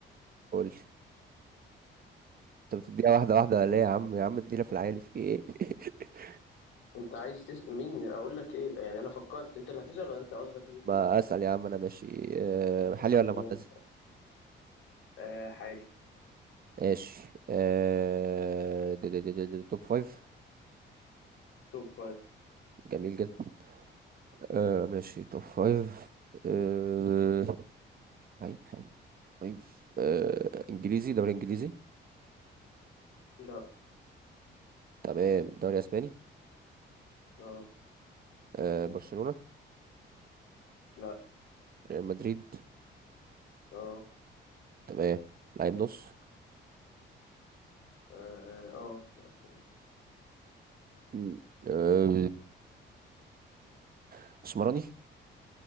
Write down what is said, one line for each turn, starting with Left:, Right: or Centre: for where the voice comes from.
Right: قول لي انت بتديها واحده واحده ولا ايه يا عم يا عم ادينا في العيال في ايه <laughs>
Left: انت عايز تسأل مين اقول لك ايه يعني انا فكرت انت اللي هتسأل ولا انت قصدك مين اللي
Right: ما
Left: يسأل
Right: اسال يا عم انا ماشي آه، محلي ولا
Left: ما
Right: معتزل
Left: آه حالي
Right: ماشي آه، ده- ده- ده- ده- ده توب فايف
Left: توب فايف
Right: جميل جدا آه، ماشي توب فايف آه، طيب حلو فايف آه، انجليزي دوري انجليزي
Left: لا
Right: تمام دوري اسباني
Left: اه
Right: آه، برشلونه
Left: لا
Right: ريال مدريد
Left: اه
Right: تمام لعيب نص
Left: اه اه آه، طبعا.
Right: مم. آه، <laughs> اسمراني